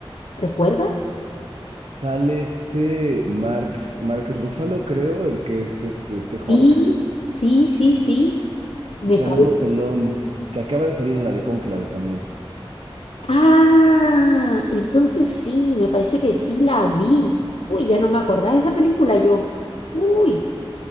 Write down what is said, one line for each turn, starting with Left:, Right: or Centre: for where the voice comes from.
Left: ¿Recuerdas?
Right: Sale este Mark, Mark Ruffalo, creo, el que es este, este
Left: Sí,
Right: Hulk,
Left: sí, sí, sí. Me
Right: y sale
Left: parece.
Right: uno pelón que acaba de salir en la de Cónclave también.
Left: Ah, entonces sí, me parece que sí la vi. Uy, ya no me acordaba de esa película yo. Uy,